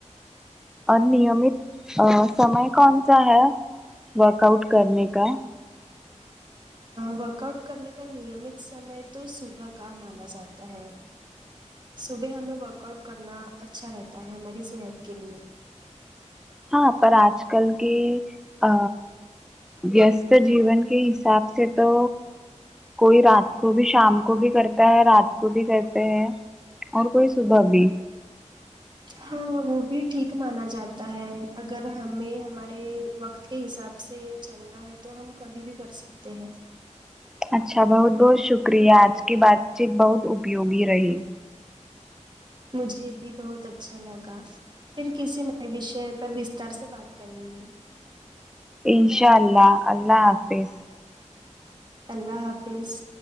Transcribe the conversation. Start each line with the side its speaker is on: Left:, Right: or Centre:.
Centre: اور نیمت ا سمے کونسا ہے ورک آؤٹ کرنے کا
Right: ورک آؤٹ کرنے کا نیمت سمے تو صبح کا مانا جاتا ہے صبح ہمیں ورک آؤٹ کرنا اچھا رہتا ہے ہماری صحت کے لیے
Centre: ہاں پر آج کل کے ا ویست جیون کے حساب سے تو کوئی رات کو بھی شام کو بھی کرتا ہے رات کو بھی کرتے ہے اور کوئی صبح بھی
Right: ہاں وہ بھی ٹھیک مانا جاتا ہے اگر ہمیں ہمارے وقت کے حساب سے چلنا ہے تو ہم کبھی بھی کر سکتے ہیں
Centre: اچھا بہت بہت شکریہ آج کی بات چیت بہت اپیوگی رہی
Right: مجھے بھی بہت اچھا لگا پھر کسی نئے وشے پر وستار سے بات کریں گے
Centre: انشاء اللہ اللہ حافظ
Right: اللہ حافظ